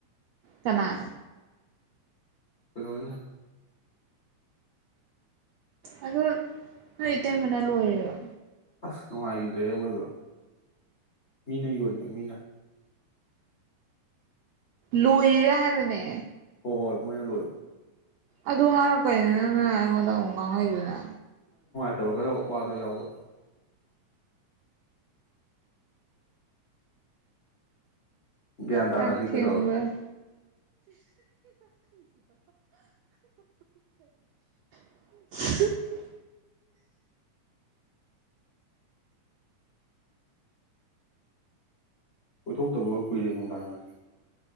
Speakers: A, on the right (about 85°); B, on the left (about 75°).
A: ꯀꯅꯥꯅ
B: ꯐꯣꯅ
A: ꯑ ꯅꯣꯏ ꯏꯇꯩꯃꯅ ꯂꯣꯏꯔꯕ
B: ꯑꯁ ꯅꯨꯡꯉꯥꯏꯈꯤꯗ꯭ꯔꯦ ꯍꯦꯛ ꯑꯣꯏꯕ ꯃꯤꯅ ꯌꯣꯟꯉꯨ ꯃꯤꯅ
A: ꯂꯣꯏꯔꯥ ꯍꯥꯏꯕꯅꯦ
B: ꯍꯣꯏ ꯍꯣꯏ ꯃꯣꯏꯅ ꯂꯣꯏꯔꯣ
A: ꯑꯗꯨ ꯍꯥꯏꯔꯛꯄꯩꯗ ꯅꯪꯅ ꯑꯩꯉꯣꯟꯗ ꯑꯃ ꯉꯥꯡꯉꯩꯗꯨꯅ
B: ꯐꯠꯇꯕ ꯈꯔ ꯋꯥꯗꯣ ꯌꯥꯎꯕꯗ ꯒ꯭ꯌꯥꯟ ꯇꯥꯅꯗꯤ
A: ꯌꯥꯝ ꯊꯕꯁꯤ
B: ꯀꯩꯗꯧꯔꯒꯦ
A: <unintelligible>
B: ꯀꯣꯏꯊꯣꯛꯇꯕꯒ ꯀꯨꯏꯔꯦ ꯅꯨꯡꯗꯥꯡꯒꯁꯦ